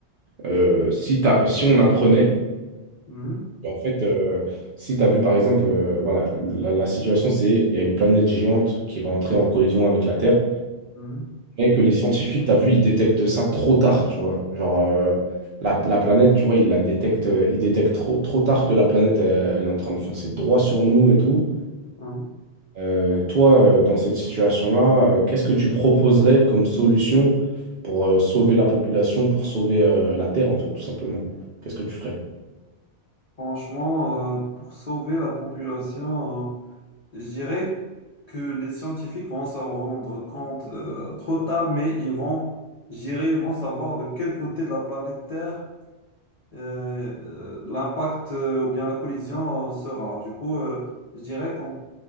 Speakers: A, on the right; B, on the left.
A: euh, si t'as- si on apprenait
B: Mhm,
A: En fait, euh, si tu as vu par exemple, euh, voilà, la, la situation c'est il y a une planète géante qui va entrer en collision avec la Terre,
B: mhm,
A: mais que les scientifiques, tu as vu, ils détectent ça trop tard, tu vois. Genre, euh, la, la planète, tu vois, ils la détectent, euh, ils détectent trop, trop tard que la planète, elle, elle est en train de foncer droit sur nous et tout.
B: mhm.
A: Euh, toi, euh, dans cette situation-là, euh, qu'est-ce que tu proposerais comme solution pour euh, sauver la population, pour sauver euh, la Terre, en fait, tout simplement? Qu'est-ce que tu ferais?
B: Franchement, euh, pour sauver la population, euh, Je dirais que les scientifiques vont s'en rendre compte euh, trop tard, mais ils vont, je dirais, ils vont savoir de quel côté de la planète Terre euh, l'impact euh, ou bien la collision euh, sera. Du coup, euh, je dirais qu'on